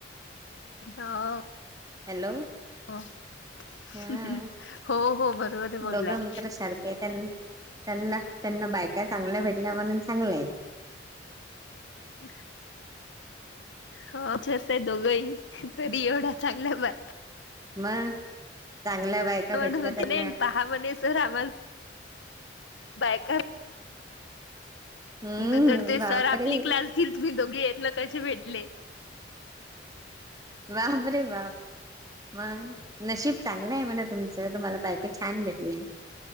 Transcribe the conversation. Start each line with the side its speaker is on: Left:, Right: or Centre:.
Left: होव
Right: हॅलो
Left: हा-
Right: हा
Left: हो हो बरोबर बोललाय
Right: दोघं मित्र सारखे आहे. त्यां त्यांना त्यांना बायका चांगल्या भेटल्या म्हणून चांगलं आहे
Left: ह <inaudible> हो अच्छे हं दोघंही
Right: आहेत
Left: तरी एवढ्या चांगल्या बाय
Right: मग चांगल्या बायका
Left: होती
Right: भेटल्या तर
Left: नाही पहा म्हणे सर आम्हाला बायका
Right: हम्म
Left: न तर ते
Right: बापरे
Left: सर आपली क्लास घली म्ही दोघे <unintelligible> आपलं कसे भेटले
Right: बापरे बाप मग नशीब चांगलंय म्हणा तुमचं तुम्हाला बायको छान भेटल्या.